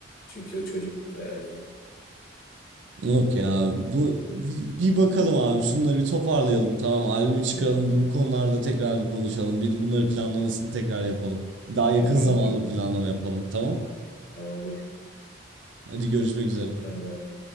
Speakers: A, on the left; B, on the right.
A: Çünkü o çocukluk hayali yani.
B: Yok ya bu bi- bir bakalım abi şunları bir toparlayalım tamam albümü çıkaralım
A: Tamam.
B: bir bu konularda tekrar bir konuşalım bir bunları planlamasını tekrar yapalım. Daha yakın
A: Tamamdır.
B: zamanlı planlama yapalım tamam.
A: Tamam olur.
B: Hadi görüşmek üzere.
A: Ben vermem.